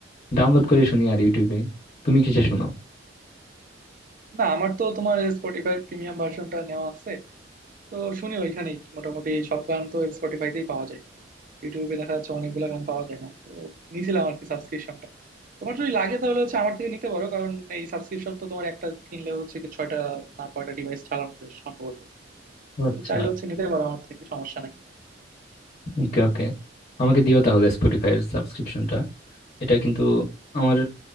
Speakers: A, on the left (about 40°); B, on the right (about 50°).
A: ডাউনলোড করে শুনি আর ইউটিউবে তুমি কিসে শোনো
B: না আমার তো তোমার স্পটিফাই প্রিমিয়াম ভার্সনটা নেওয়া আছে তো শুনি ওইখানেই মোটামুটি সব গান তো স্পটিফাইতেই পাওয়া যায় ইউটিউবে দেখা যাচ্ছে অনেকগুলো গান পাওয়া যায় না তো নিয়েছিলাম আর কি সাবস্ক্রিপশনটা তোমার যদি লাগে তাহলে হচ্ছে আমার থেকে নিতে পারো কারণ এই সাবস্ক্রিপশন তো তোমার একটা কিনলে হচ্ছে কি ছয়টা না কয়টা ডিভাইস চালানো যায় সম্ভবত
A: ও আচ্ছা
B: তুমি চাইলে হচ্ছে নিতে পারো আমার থেকে সমস্যা নেই
A: ওকে ওকে আমাকে দিও তাহলে স্পটিফাই এর সাবস্ক্রিপশনটা এটা কিন্তু আমার